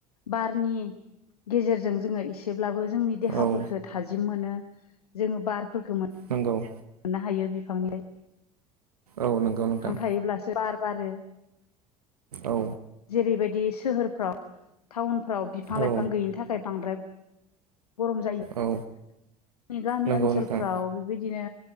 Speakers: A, on the left; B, on the right.
A: बारनि गेजेरजों जोङो एसेब्लाबो जोंनि देहाफोरखौ
B: औ
A: थाजिम मोनो जोङो बारफोरखौ मोन
B: नंगौ
A: मोननो हायो बिफांनिफ्राय
B: औ नंगौ नोंथां
A: थायोब्लासो बार बारो
B: औ
A: जेरैबायदि सोहोरफ्राव टाउनफ्राव बिफां
B: औ
A: लाइफां गैयिनि थाखाय बांद्राय गरम जायो जोंनि
B: औ
A: गामि
B: नंगौ
A: ओनसोलफ्राव
B: नोंथां
A: बेबायदिनो